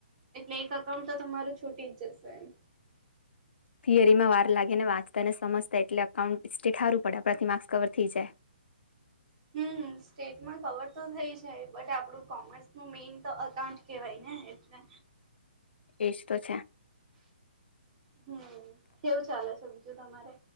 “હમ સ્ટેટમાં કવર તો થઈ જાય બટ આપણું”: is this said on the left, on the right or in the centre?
Right